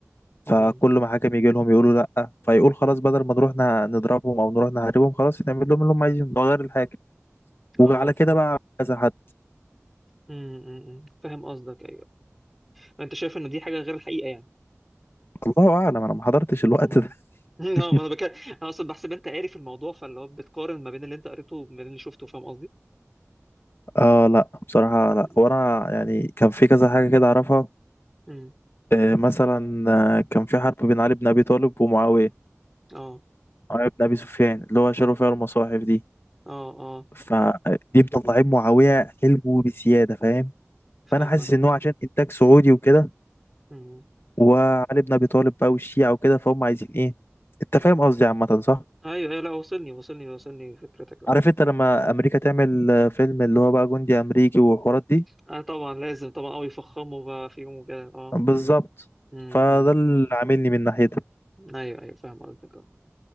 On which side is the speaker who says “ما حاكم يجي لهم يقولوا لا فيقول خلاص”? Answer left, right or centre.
Left